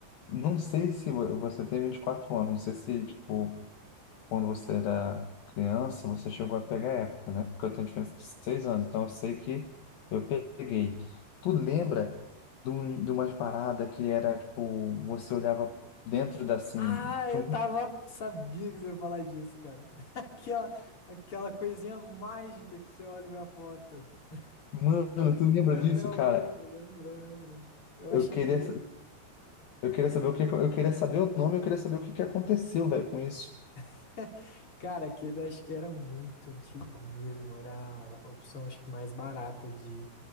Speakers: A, on the left; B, on the left.
A: não sei se vo- você tem 24 anos, não sei se, tipo, quando você era criança, você chegou a pegar a época, né? Porque eu tenho diferença de 6 anos, então eu sei que eu peguei. Tu lembra de, um, de umas paradas que era, tipo, você olhava dentro da, assim...
B: Ah,
A: tinha
B: eu tava.
A: um-
B: Sabia que você ia falar disso, cara. <laughs> Aquela, aquela coisinha mágica que você olha e vê a foto. <laughs>
A: Mano, tu lembra
B: Até
A: disso,
B: até hoje,
A: cara?
B: eu lembro, eu lembro. Eu
A: Eu
B: acho
A: queria.
B: incrível.
A: Eu queria saber o que, eu queria saber o nome, eu queria saber o que que aconteceu, velho, com isso.
B: <laughs> Cara, aquele acho que era muito antigo mesmo. Era a opção, acho que mais barata de,